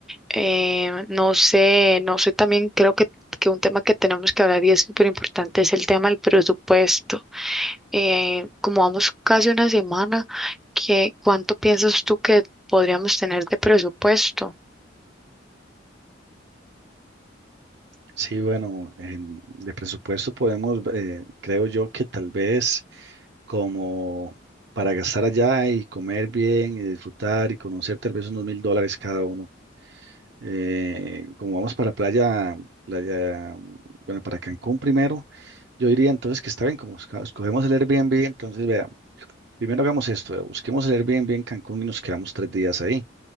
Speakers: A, in the centre; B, on the right.
A: Eh, no sé, no sé, también creo que, que un tema que tenemos que hablar y es súper importante es el tema del presupuesto. Eh, como vamos casi una semana, ¿qué, cuánto piensas tú que podríamos tener de presupuesto?
B: Sí, bueno, en- de presupuesto podemos, eh, creo yo que tal vez... como para gastar allá y comer bien y disfrutar y conocer tal vez unos mil dólares cada uno. Eh, como vamos para playa, playa, bueno, para Cancún primero, yo diría entonces que está bien, como esca- escogemos el Airbnb, entonces vea, primero hagamos esto, vea, busquemos el Airbnb en Cancún y nos quedamos tres días ahí.